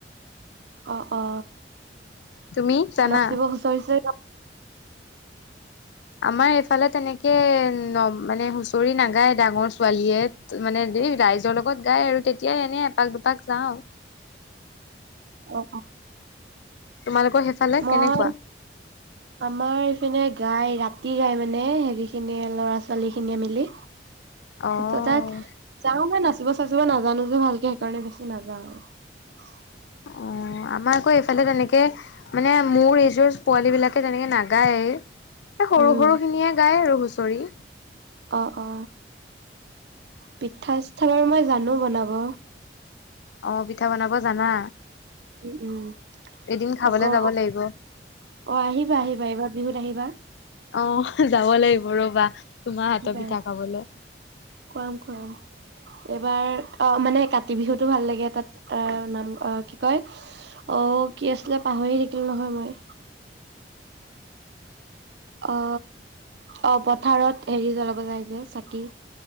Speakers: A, on the right; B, on the left.
A: অ অ
B: তুমি জানা?
A: নাচিব হুঁচৰিছে
B: আমাৰ এইফালে তেনেকে ন মানে হুঁচৰি নাাগায় ডাঙৰ ছোৱালীয়ে মানে দেই ৰাইজৰ লগত গায় আৰু তেতিয়াই এনেই এপাক দুপাক যাওঁ।
A: অ
B: তোমালোকৰ সেইফালে
A: মই
B: কেনেকুৱা?
A: আমাৰ ইফিনে গাই ৰাতি গাই মানে হেৰি খিনি ল'ৰা ছোৱালী খিনিয়ে মিলি।
B: অ'
A: ত তাত চ মন আ নাচিব চাচিব নাজানো যে ভালকে সেইকাৰণে বেছি নাজাওঁ আৰু
B: অ আমাৰ আকৌ এইফালে তেনেকে মানে মোৰ এইযোৰ পোৱালী বিলাকে তেনেকে নাগায় এ
A: আৰু
B: সৰু
A: উম
B: সৰু খিনিয়ে গাই ৰছো হুচৰি।
A: অ অ পিঠা চিঠা বাৰু মই জানো বনাব
B: অ পিঠা বনাব জানা
A: উম উম
B: এদিন খাবলে
A: আকৌ
B: যাব লাগিব।
A: অ আহিবা আহিবা আহিবাৰ বিহুত আহিবা
B: অ যাব লাগিব ৰ'বা তোমাৰ হাতৰ
A: বাই
B: পিঠা খাবলে।
A: খুৱাম খুৱাম এইবাৰ অ মানে কাতি বিহুতো ভাল লাগে তাত আহ নাম কি কয় অ কি আছিলে পাহৰি থাকিল নহয় মই। অ অ পথাৰত হেৰি জ্বলাব যায় যে চাকি।